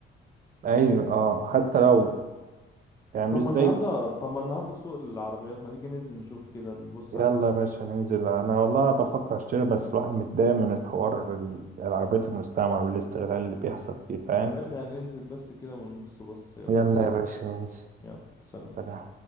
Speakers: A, on the right; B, on the left.
A: <laughs> ايوه اه حتى لو يعني
B: طب
A: مش
B: ما
A: زي
B: النهارده طب ما النهارده سوق العربيات ما نيجي ننزل نشوف كده نبص
A: يلا
B: على يا
A: يا باشا ننزل انا والله بفكر اشتري بس الواحد متضايق من الحوار ال- العربيات المستعمل والاستغلال اللي بيحصل فيه فاهم
B: باشا هننزل بس كده ونبص بص يلا
A: يلا
B: بينا
A: يا باشا ننزل
B: يلا سلام
A: سلام